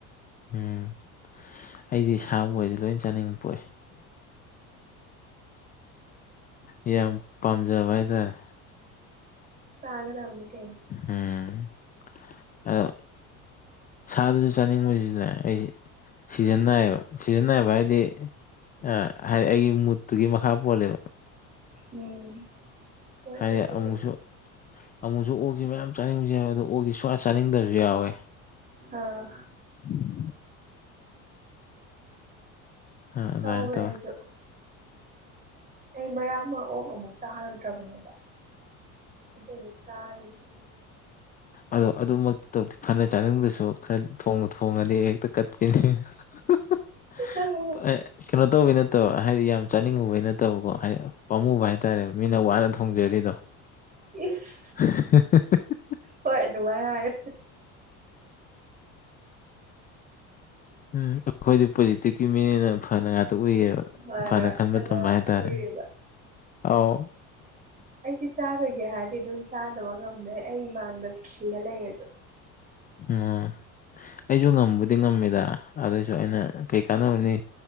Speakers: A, on the left; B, on the right.
A: ꯎꯝ ꯑꯩꯗꯤ ꯁꯥꯕꯨ ꯑꯣꯏꯗꯤ ꯂꯣꯏ ꯆꯥꯅꯤꯡꯕ ꯄꯣꯛꯑꯦ <unintelligible> ꯌꯥꯝ ꯄꯥꯝꯖꯕ ꯍꯥꯏꯇꯥꯔꯦ
B: ꯆꯥꯒꯗꯕꯅꯤ ꯀꯩꯅꯣ
A: ꯎꯝ ꯑꯗꯣ ꯁꯥꯗꯁꯨ ꯆꯥꯅꯤꯡꯕꯁꯤꯗ ꯑꯩꯁꯤ ꯁꯤꯖꯟ ꯅꯥꯏꯌꯦꯕ ꯁꯤꯖꯟ ꯅꯥꯏꯕ ꯍꯥꯏꯗꯤ ꯑ ꯍꯥꯏꯗꯤ ꯑꯩꯒꯤ ꯃꯨꯠꯇꯨꯒꯤ ꯃꯈꯥ ꯄꯣꯜꯂꯦꯕ
B: ꯎꯝ ꯍꯣꯏ
A: ꯍꯥꯏꯗꯤ
B: ꯑꯗꯨꯕꯨꯗꯤ
A: ꯑꯃꯨꯛꯁꯨ ꯑꯃꯨꯛꯁꯨ ꯑꯣꯛꯁꯤ ꯃꯌꯥꯝ ꯆꯥꯅꯤꯡꯕꯁꯨ ꯌꯥꯎꯋꯦ ꯑꯗꯣ ꯑꯣꯛꯁꯦ ꯁꯨꯡꯆꯥ ꯆꯥꯅꯤꯡꯗꯕꯁꯨ ꯌꯥꯎꯋꯦ
B: ꯑꯥ
A: <unintelligible> ꯑ ꯑꯥꯗꯨꯃꯥꯏ
B: ꯇꯧꯋꯦ
A: ꯇꯧꯏ
B: ꯑꯩꯁꯨ ꯑꯩ ꯃꯔꯛ ꯑꯃ ꯑꯣꯛ ꯑꯃꯨꯛ ꯆꯥꯔꯨꯗ꯭ꯔꯕꯅꯦꯕ ꯑꯗꯨ ꯑꯃꯨꯛ ꯆꯥꯔꯤꯅꯤ
A: ꯑꯣ ꯑꯗꯨꯃꯛꯇꯤ ꯇꯧꯗꯦ ꯐꯅ ꯆꯥꯅꯤꯡꯗ꯭ꯔꯁꯨ ꯈꯔ ꯊꯣꯡꯕꯨ ꯊꯣꯡꯉꯗꯤ ꯍꯦꯛꯇ <unintelligible>
B: ꯑ
A: ꯀꯩꯅꯣ ꯇꯧꯕꯩ ꯅꯠꯇꯕ ꯍꯥꯏꯗꯤ ꯌꯥꯝ ꯆꯥꯅꯤꯡꯉꯨꯕꯩ ꯅꯠꯇꯕꯀꯣ ꯍꯥꯏꯗꯤ ꯄꯥꯝꯃꯨꯕ ꯍꯥꯏꯇꯥꯔꯦ ꯃꯤꯅ ꯋꯥꯅ ꯊꯣꯡꯖꯔꯤꯗꯣ
B: ꯏꯁ
A: <unintelligible>
B: ꯍꯣꯏ ꯑꯗꯨꯃꯥꯏ ꯍꯥꯏꯌꯨ
A: ꯎꯝ ꯑꯩꯈꯣꯏꯗꯤ ꯄꯣꯖꯤꯇꯤꯕꯀꯤ ꯃꯤꯅꯦꯅ ꯐꯅ ꯉꯥꯛꯇ ꯎꯏꯌꯦꯕ
B: ꯍꯣꯏ
A: ꯐꯅ
B: ꯍꯣꯏ
A: ꯈꯟꯕ ꯇꯝꯕ
B: ꯑꯗꯨ
A: ꯍꯥꯏꯇꯥꯔꯦ
B: ꯎꯏꯌꯦꯕ
A: ꯑꯥꯎ
B: ꯑꯩꯁꯦ ꯆꯥꯗꯣꯏꯒꯦ ꯍꯥꯏꯔꯗꯤ ꯑꯗꯨꯝ ꯆꯥꯗꯕ ꯉꯝꯃꯦ ꯑꯩ ꯃꯥꯡꯗ ꯜꯂ ꯂꯩꯔꯁꯨ
A: ꯑꯣ ꯑꯩꯁꯨ ꯉꯝꯕꯨꯗꯤ ꯉꯝꯃꯤꯗ ꯑꯗꯨꯁꯨ ꯑꯩꯅ ꯀꯩ ꯀꯥꯟꯅꯕꯅꯤ